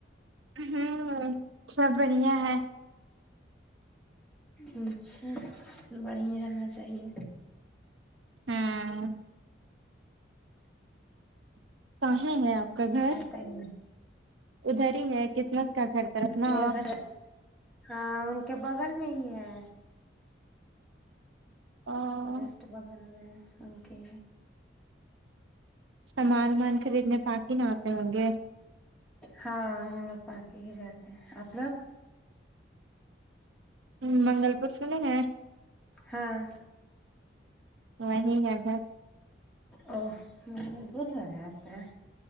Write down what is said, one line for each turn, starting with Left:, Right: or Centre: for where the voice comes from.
Right: ہوں ہوں سب بڑھیا ہے
Centre: اچھا بڑھیا رہنا چاہیے
Right: ہاں کہے ہے آپ کا گھر
Centre: کئی
Right: ادھر ہی ہے قسمت کا گھر طرف نا
Centre: مے گھر ہاں ان کے بغل میں ہی ہے
Right: اور
Centre: جسٹ بغل میں ان کے
Right: سامان ومان خریدنے پااک ہی نہ آتے ہوں گے
Centre: ہاں ہم لوگ پانچ ہی جاتے ہیں آپ لوگ
Right: ہ منگل پور سنے ہیں
Centre: ہاں
Right: وہی ہے گھر
Centre: او بول رہ رہے آپ کا